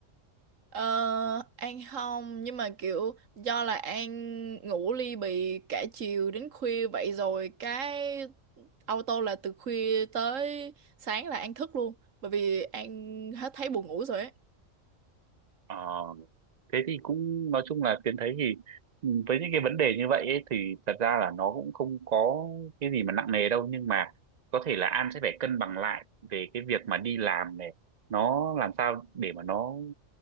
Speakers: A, on the right; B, on the right.
A: ờ, An không nhưng mà kiểu do là An ngủ ly bì cả chiều đến khuya vậy rồi cái auto là từ khuya tới sáng là An thức luôn bởi vì An hết thấy buồn ngủ rồi ấy
B: Ờ, thế thì cũng nói chung là Tiến thấy thì ừ, với những cái vấn đề như vậy ấy, thì thật ra là nó cũng không có cái gì mà nặng nề đâu nhưng mà có thể là An sẽ phải cân bằng lại về cái việc mà đi làm này nó làm sao để mà nó